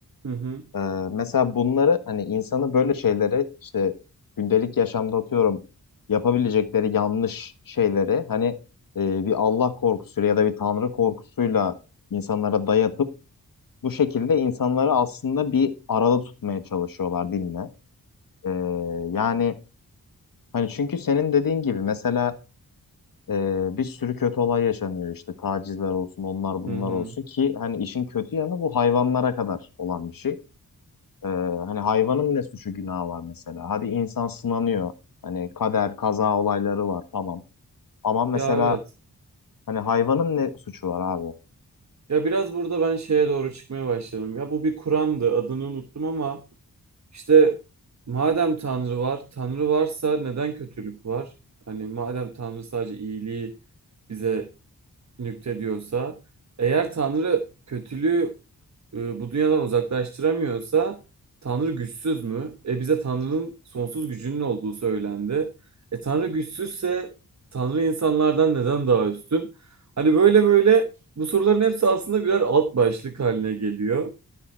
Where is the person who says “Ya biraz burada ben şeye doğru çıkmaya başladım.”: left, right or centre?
Right